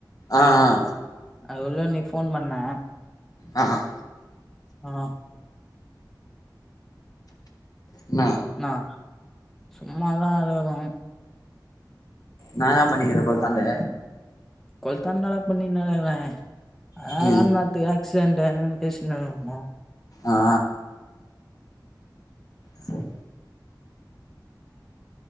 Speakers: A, on the left; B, in the centre.
A: ஆ ஆ
B: அது உள்ளு நீ போன் பண்ண
A: ஆ ஆ
B: ஆ
A: என்னா
B: நா சும்மாதா அழுகணு
A: நான்தா பண்ணிக்கிறே குலத்தாந்த
B: கொலத்தான் நல்லா பண்ணி நக்கறே அதா
A: ம்
B: ஏ நாத்துக்கு ஆக்சிடென்ட்டு பேசிக்கினுருந்தே
A: ஆ சரி